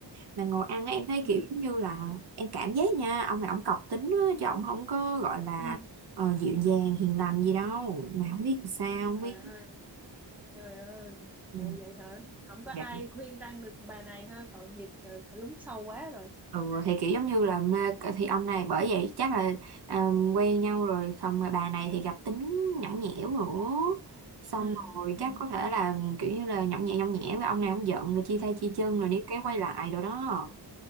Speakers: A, on the right (about 60°); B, in the centre.
A: mà ngồi ăn á, em thấy
B: Ừ
A: kiểu giống như là em cảm giác nha, ông này ông cọc tính á, chứ ông không có gọi là
B: ừ
A: ờ, dịu dàng hiền lành gì đâu. Mà không biết sao,
B: Trời
A: không biết.
B: ơi Trời ơi
A: Ừ,
B: Ủa vậy hả Không có
A: dạ.
B: ai khuyên răn được bà này ha Tội nghiệp trời phải lún sâu quá rồi
A: Ừ, thì kiểu giống như là mê ờ, thì ông này bởi vậy chắc là à, quen nhau rồi xong rồi bà này thì gặp tính nhõng nhẽo nữa xong
B: Ừ
A: rồi
B: ừ
A: chắc có thể là kiểu như là nhõng nhẽo nhõng nhẽo với ông này ông giận rồi chia tay chia chân rồi đi cái quay lại rồi đó